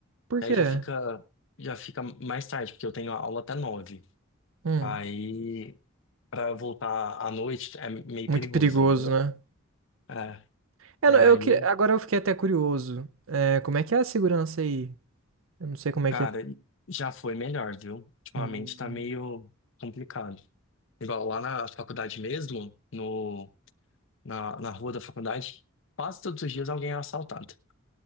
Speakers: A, on the right (about 70°); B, on the left (about 65°).
A: Por
B: Aí
A: quê?
B: já fica, já fica mais tarde, porque eu tenho aula até nove
A: Hum,
B: Aí... pra voltar à noite é meio
A: muito
B: perigoso,
A: perigoso,
B: entendeu?
A: né?
B: É.
A: É,
B: E
A: não,
B: aí,
A: eu, que- agora eu fiquei até curioso. É, como é que é a segurança aí? Eu não sei como é
B: cara,
A: que é.
B: já foi melhor, viu? Ultimamente
A: Hum.
B: tá meio complicado. Igual lá na faculdade mesmo, no, na, na rua da faculdade, quase todos os dias alguém é assaltado.